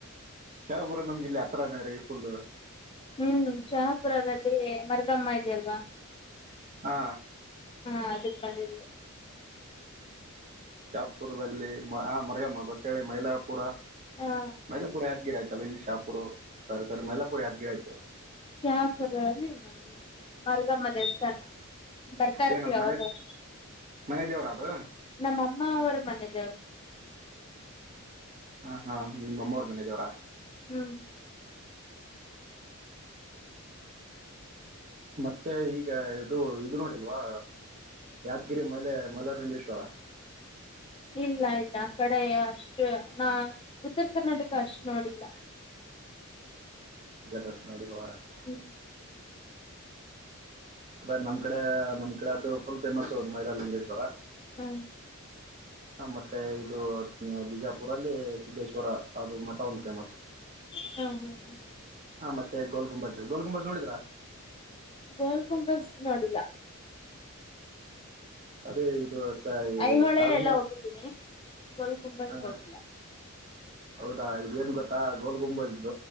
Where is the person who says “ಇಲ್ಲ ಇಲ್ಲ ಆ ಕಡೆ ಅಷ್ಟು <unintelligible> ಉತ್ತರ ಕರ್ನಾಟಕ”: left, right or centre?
Left